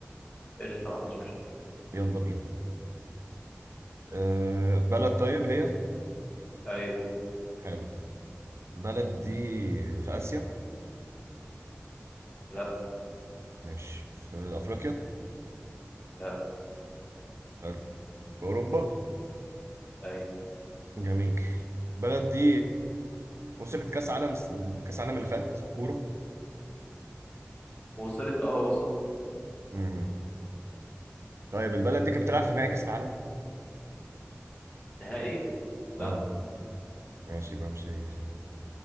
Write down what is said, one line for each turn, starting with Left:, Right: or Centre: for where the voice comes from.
Left: قشطه ما عنديش مشاكل
Right: يلا بينا أه بلد طيب هي
Left: ايوه
Right: حلو بلد دي في اسيا
Left: لا
Right: ماشي في افريقيا
Left: لا
Right: حلو أوروبا
Left: ايوه
Right: جميل البلد دي وصلت كأس عالم كأس عالم اللي فات كورة
Left: وصلت اه وصلت
Right: امم طيب البلد دي كانت بتلعب في نهائي كأس العالم
Left: نهائي
Right: اه
Left: لا
Right: ماشي بقى مش هي